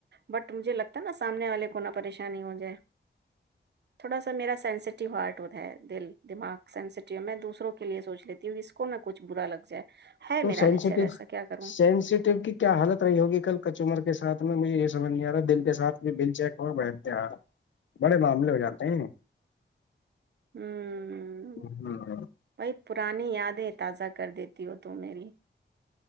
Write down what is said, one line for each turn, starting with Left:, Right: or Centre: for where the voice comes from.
Right: بٹ مجھے لگتا ہے نا سامنے والے کو نہ پریشانی ہو جائے تھوڑا سا میرا سینسٹیو ہارٹ ہوتا ہے دل دماغ سینٹیو میں دوسروں کے لیے سوچ لیتی <unintelligible> <unintelligible> ت اس کو نہ کچھ برا لگ جائے <unintelligible> <unintelligible>
Left: تو
Right: میرا
Left: سینسیٹیو
Right: نیچر ایسا کیا کروں
Left: سینسیٹیو کی کیا حالت رہی ہوگی کل کچمر کے ساتھ <unintelligible> <unintelligible> میں مجھے یہ سمجھ نہیں آ رہا دل کے ساتھ میں بل چیک ہوا بٹھتے رہ <unintelligible> <unintelligible> بڑے معاملے ہو جاتے ہیں
Right: ہوں
Left: ہ ہ <unintelligible>
Right: بھائی پرانی یادیں تازہ کر دیتی ہو تو میری <unintelligible>